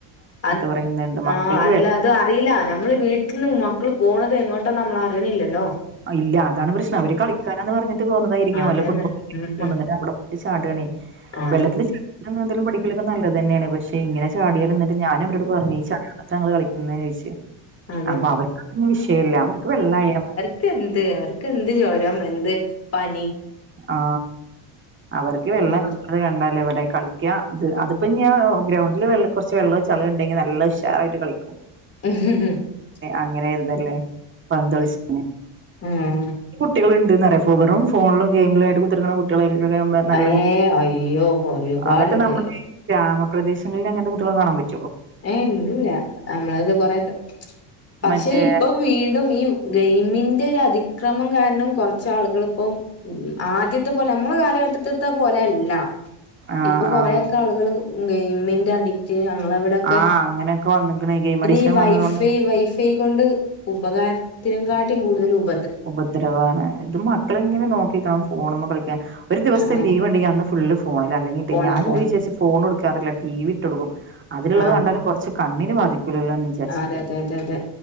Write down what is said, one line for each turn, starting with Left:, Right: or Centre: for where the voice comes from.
Left: അത്
Right: പറയുന്നുണ്ട് മക്കൾക്ക്
Left: ആഹ് അല്ല
Right: വെ
Left: അത് അറീല നമ്മള് വീട്ട്ന്ന് മ ക്കൾ പോണത് എങ്ങോട്ടാന്നമ്മളറിണില്ലല്ലോ
Right: ഇല്ല അതാണ് പ്രശ്നം അവര് കളിക്കാനാന്ന് പറഞ്ഞിട്ട് പോന്നതായിരിക്കും
Left: അതന്നെ
Right: വല്ല ഫുട്ബോൾ
Left: ഉം
Right: <unintelligible>
Left: ഉം
Right: അവടെ ട്ട് ചാടാണേ
Left: അതെ
Right: വെള്ളത്തില് <unintelligible> നീന്തലും പഠിക്കലൊക്കെ നല്ലതെന്നേണ് പക്ഷെ ഇങ്ങനെ ചാടിയാല് ന്നട്ട് ഞാന അവരോട്
Left: ഉം
Right: പറഞ്ഞ് ഈ ചാളിവെള്ളത്താങ്ങള് കളിക്കുന്നോയ്ച് ചോിച്ചച്ച്
Left: അതെ
Right: അപ്പൊ അവർക്ക് അതൊന്നും വിഷയേല്ല അവർക്ക് വെള്ളായാമതി
Left: അവർക്കെന്ത് അവർക്കെന്ത് ചോരം എന്ത് പനി
Right: ആ അവർക്ക് വെള്ളം
Left: ആഹ്
Right: <unintelligible> കണ്ടാല ഏവിടെ കളി അത് അതിപ്പം ഞാ ഗ്രൗണ്ടില്െ കൊറച്ച് വെള്ളം ചളി ഉണ്ടെങ്കിൽ നല്ല ഉഷാറായിട്ട് കളിക്കും
Left: <unintelligible>
Right: അങ്ങനെയൊരുതല്ലേ പന്തതുളിച്ച
Left: മ്മ്
Right: കുട്ടികളുണ്ട്ന്നറിയോ വെറും ഫോണ്ലും ഗെയിമിലും ആയിട്ട് കുത്തിര്ക്ക്ണ കുട്ട്യള് നല്ല
Left: ഏഹ് അയ്യോ ഒരുപാടുണ്ട്
Right: അതൊക്കെ നമ്മളീ ഗ്രാമം പ്രദേങ്ങളിലങ്ങൻത്തെ കുട്ടികളെ കാണാൻ പറ്റ്
Left: ഏ ഇല്ലല്ല നമ്മളൊകെ കൊറേക്കെ പക്ഷെ
Right: മറ്റേ
Left: ഇപ്പൊ വീണ്ടും ഈ ഗെയിമിന്റെ ഒരതിക്രമം കാരണം കൊർച്ചാളുകൾ ഇപ്പം ആദ്യത്തെ പോലെ നമ്മള കാല ഘട്ടത്ത്ത്തെ പോലേയല്ല
Right: ആ
Left: ഇപ്പൊ കൊറേയൊക്കാളുകൾ
Right: ആ
Left: ഗെയിമിന്റെ അഡിക്റ്റ് ഞങ്ങളവിടെ
Right: ആ അങ്ങനെയൊക്കെ വന്നിക്കണ് ഗെയിം അഡിക്ഷൻ
Left: ഇനി വൈഫൈ വൈഫ്
Right: വന്നത് കൊണ്ട്
Left: വൈഫയ് കൊണ്ട് ഉപകാരത്തിനകാട്ടിം കൂടുതല് ഉപ്
Right: ഉപദ്രവാണ് ഇത് മക്കളിങ്ങനെ നോക്കിക്കാ ഫോണിമ്മേ കളിക്കാൻ ഒരു ദിവസം
Left: ആ
Right: ലീവ് ഉണ്ടെങ്കിൽ അന്ന് ഫുള്ള് ഫോണിലാ അല്ലെങ്കിട്ട്
Left: ഫോണ്
Right: ഞാൻ
Left: ഫോൺ
Right: എന്താ വിചാരിച്ച് ഫോൺ കൊടുക്കാറില്ല ടി വി ഇട്ടൊട്ക്കും അതിലുള്ളത്
Left: ആഹ്
Right: കണ്ടാലും കൊർച്ച് കണ്ണിന് ബാധിക്കൂലല്ലോന്ന് വിചാരിച്ചിട്ട്
Left: അതെ അതെ അതെ അതെ